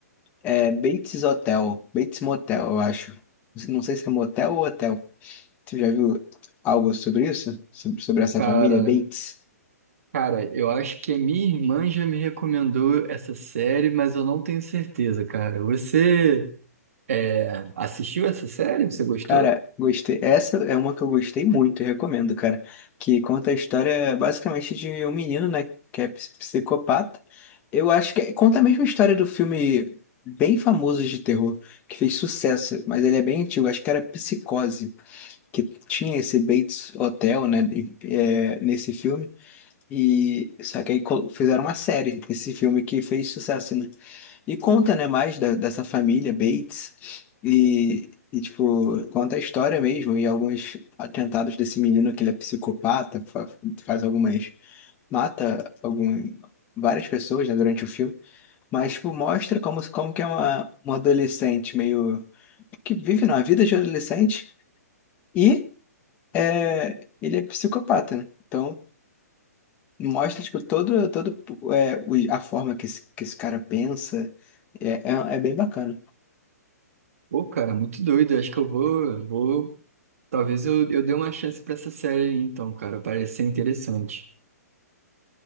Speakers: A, on the left; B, on the right.
A: É Bates Hotel, Bates Motel, eu acho. Não sei se é motel ou hotel. Tu já viu algo sobre isso? Sob- Sobre essa
B: Cara,
A: família Bates?
B: Cara, eu acho que a minha irmã já me recomendou essa série, mas eu não tenho certeza, cara. Você é, assistiu essa série? Você gostou?
A: Cara, gostei. Essa é uma que eu gostei muito, eu recomendo, cara. Que conta a história basicamente de um menino, né, que é ps- psicopata. Eu acho que é, conta a mesma história do filme bem famoso de terror, que fez sucesso, mas ele é bem antigo, acho que era Psicose, que tinha esse Bates Hotel, né, e- é, nesse filme. E só que aí col- fizeram uma série, esse filme que fez sucesso, né? E conta, né, mais da- dessa família Bates e, e, tipo, conta a história mesmo e alguns atentados desse menino que ele é psicopata, fa- faz algumas, mata algum, várias pessoas, né, durante o filme, mas, tipo, mostra como, como que é uma, uma adolescente meio, que vive na vida de adolescente e é, ele é psicopata, né? Então, mostra, tipo, todo, todo é, o- a forma que esse, que esse cara pensa, é, é, é bem bacana.
B: Pô, cara, muito doido. Eu Acho que eu vou, vou. Talvez eu, eu dê uma chance pra essa série aí, então, cara. Parece ser interessante.